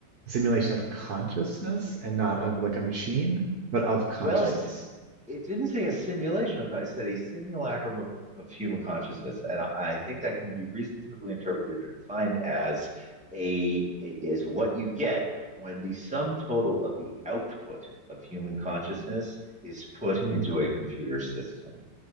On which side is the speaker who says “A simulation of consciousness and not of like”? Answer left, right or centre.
Right